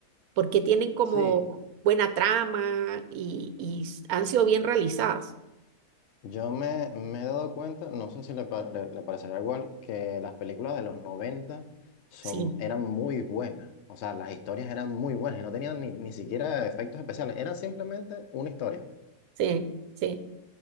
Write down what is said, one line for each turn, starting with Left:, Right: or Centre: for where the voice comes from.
Right: porque tienen como
Left: Sí,
Right: buena trama y, y s- han sido bien realizadas.
Left: yo me, me he dado cuenta, no sé si le, pa- le, le parecerá igual, que las películas de los 90 son,
Right: Sí,
Left: eran muy buenas. O sea, las historias eran muy buenas y no tenían ni, ni siquiera efectos especiales, era simplemente una historia.
Right: sí, sí.